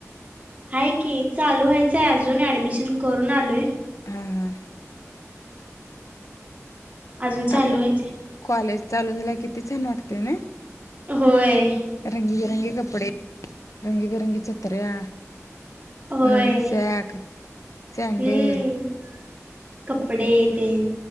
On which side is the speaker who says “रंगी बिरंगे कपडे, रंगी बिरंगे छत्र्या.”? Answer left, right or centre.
Left